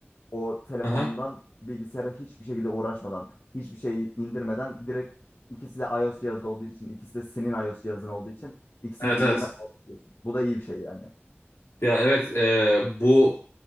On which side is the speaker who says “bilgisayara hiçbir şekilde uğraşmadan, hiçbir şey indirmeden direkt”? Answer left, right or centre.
Left